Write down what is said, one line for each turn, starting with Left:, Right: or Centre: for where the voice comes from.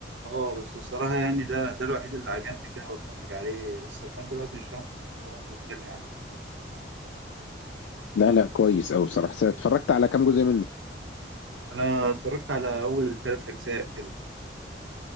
Right: اه بس الصراحة يعني ده ده الوحيد اللي عجبني كده واتفرج عليه بس لحد دلوقتي مش فاهم قصته بعض بيتكلم عن ايه
Left: لا لا كويس قوي صراحه اتفرجت على كام جزء منه
Right: انا اتفرجت على اول ثلاث اجزاء كده